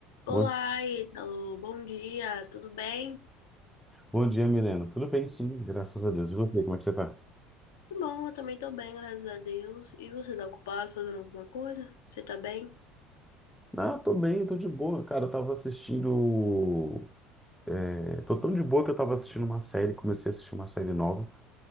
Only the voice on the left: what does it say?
Olá,
Ítalo. Bom dia, tudo bem?
Tá Bom, eu também tô bem, graças a Deus. E você tá ocupado fazendo alguma coisa? Você tá bem?